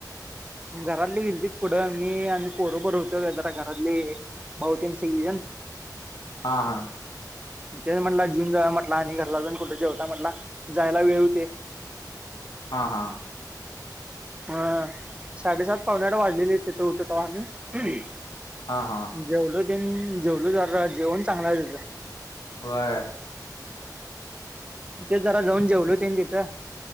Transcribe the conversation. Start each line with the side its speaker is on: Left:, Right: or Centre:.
Right: घरातली गिल्तीत पुढं मी आणि पोर पोर होतो जरा घरातले बहुतीन सज ना
Left: हा हा
Right: ते म्हटला जेवून जा म्हटला आणि घरला जाऊण कुठं जेवता म्हटला जायला वेळ होते
Left: हा हा
Right: हा ह साडेसात पाऊणे आठ वाजलेली तिथं होतो तेव्हा आम्ही
Left: हा हा
Right: जेवलो तें जेवलो जरा जेवण चांगला आहे त्याच
Left: होय
Right: ते जरा जाऊन जेवल तेन तिथं